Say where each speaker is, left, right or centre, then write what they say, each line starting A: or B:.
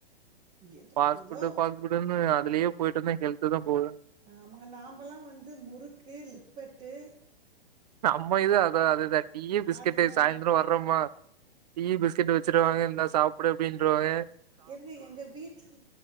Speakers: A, on the right; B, on the right.
A: ஏதோ
B: ஃபாஸ்ட்
A: ஏதோ
B: ஃபுட்டு ஃபாஸ்ட்ஃபுட்டுன்னு அதுலேயே போய்ட்டுருந்தேங்க. எனக்கு எதோ போரு.
A: ஆமாங்க நாமல்லாம் வந்து முறுக்கு லிப்பெட். ட்டு.
B: நம்ம இது அதான் அது இதா டீயி பிஸ்கட்டு்
A: அதுதான்
B: சாய்ந்தரம் வர்றோமா. டீ பிஸ்கெட் வச்சிருவாங்க இந்தா சாப்டு. அப்படின்றுவாங்க.
A: என்னங்க எங்க வீட்டு